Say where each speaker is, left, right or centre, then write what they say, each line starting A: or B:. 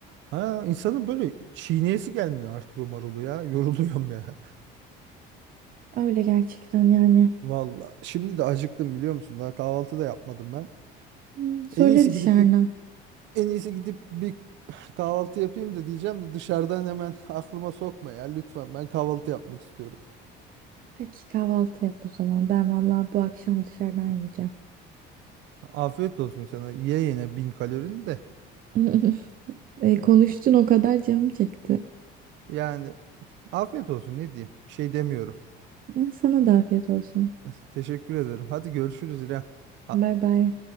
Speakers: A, on the right; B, on the right.
A: Ha insanın böyle çiğneyesi gelmiyor artık o marulu ya. Yoruluyorum ya.
B: Öyle gerçekten yani.
A: <laughs> Valla. Şimdi de acıktım biliyor musun? Daha kahvaltı da yapmadım ben.
B: Hı, söyle
A: En iyisi
B: dışarıdan.
A: gidip bir en iyisi gidip bir kahvaltı yapayım da diyeceğim de dışarıdan hemen <laughs> aklıma sokma ya lütfen. Ben kahvaltı yapmak istiyorum.
B: Peki kahvaltı yap o zaman. Ben vallahi bu akşam dışarıdan yiyeceğim.
A: Afiyet olsun sana. Ye yine bin kalorini de.
B: <laughs> E, konuştun o kadar canım çekti.
A: Yani afiyet olsun ne diyeyim. Bir şey demiyorum.
B: E, Sana da afiyet olsun.
A: <laughs> Teşekkür ederim. Hadi görüşürüz İrem. Ha-
B: Bay bay.